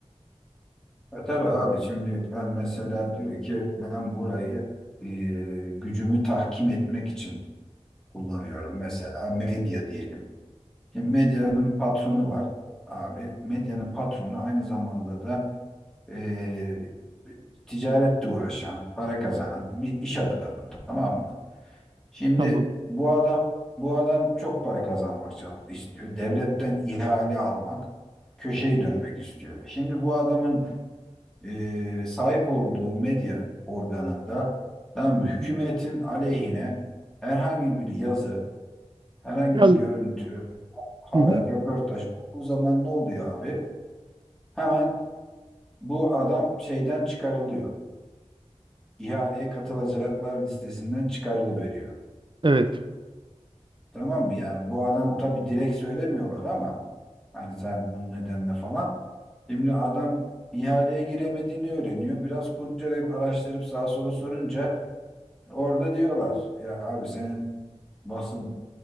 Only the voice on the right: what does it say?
Tamam.
Hı
hı.
Ya, hı
hı.
Evet.